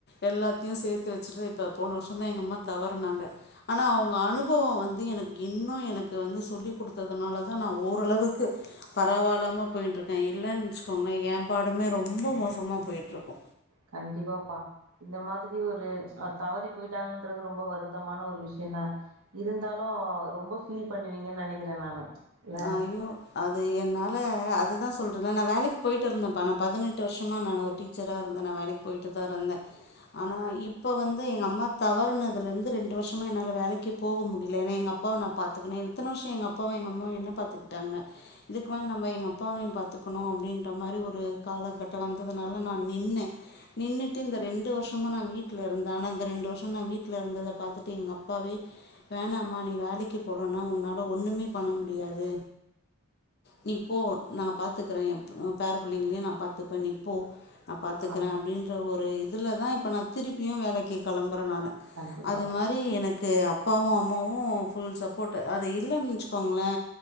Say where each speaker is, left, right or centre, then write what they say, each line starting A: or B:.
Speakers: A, on the left (about 50°); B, on the right (about 90°).
A: எல்லாத்தையு சேத்து வச்சட்டு இப்ப போன வருஷந்தா எங்க அம்மா தவறுனாங்க ஆனா அவங்க அனுப னுபவோ வந்து எனக்கு இன்னு னு எனக்கு வந்து சொல்லிக் குடுத்ததுனாலதா நா ஓரளவுக்கு பரவலாம போயிட்டுருக்கே இல்லன் வச்சுக்கோங்களேன் ஏம்பாடுமே ரொம்பொ மோசமா போயிட்டுயிருக்கூ
B: கண்டிப்பாபா இந்த மாதிரி ஒரு அ தவறி போயிட்டாங்கன்றது ரொம்பொ வருத்தமான ஒரு விஷயந்தா இருந்தாலு லு ரொம்ப ஃபீல் பண்ணுவீங்கன் நெனைக்கிறே நானு இல்ல?
A: ஐயோ அது என்னால அதுதா சொல்றே நா வேலைக்கு போயிட்டுருந்தேன்பா நா பதினெட்டு வருஷமா நான் ஒரு டீச்சரா இருந்தே வேலைக்கு போயிட்டுதா இருந் த ஆமாமா இப்ப வந்து எங்க அம்மா தவறுனதுல இருந்து ரெண்டு வருஷமா என்னால வேலைக்கே போக முடியல ஏன்னா எங்க அப் ப்பாவ நா பாத்துருக்குன எத்தன வருஷொ எங்க அப்பாவ எங்க அம்மாவயு பாத்துக்கிட்டாங்க இதுக்கு மேல நம்ப எங்க அப்பாவையும் பாத்துக்கணு அப்படின்ற மாரி ஒரு காலகட்டொ வந்து அதனால நா நின்னே நின்னுட்டு இந்த ரெண்டு வருஷமா நா வீட்ல இருந்த ஆனா இந்த ரெண்டு வருஷொ நா வீட்ல இருந்தத பாத்துட்டு எங்க அப்பாவே வேணாமா நீ வேலைக்கு போலனா உன்னால ஒன்னுமே பண்ண முடியாது து நீ போ நா பாத்துக்றே என் பேர பிள்ளைங்களையு நா பாத்துப்பே நீ போ நா பாத்து கிறே
B: அத்
A: அப்டின்ற ஒரு இதுல தா இப்ப நா திருப்பியு வேலைக்கு கிளம்புறே நானு
B: கண்டிப்பா,
A: அது மாரி எனக் கு அப்பாவு அம்மாவு ஃபுல் சப்போட்டு அது இல்லேனு வச்சுக்கோங்ளே